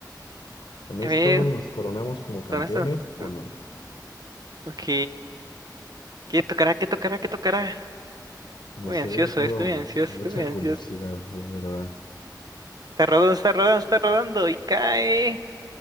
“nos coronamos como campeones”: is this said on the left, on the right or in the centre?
Left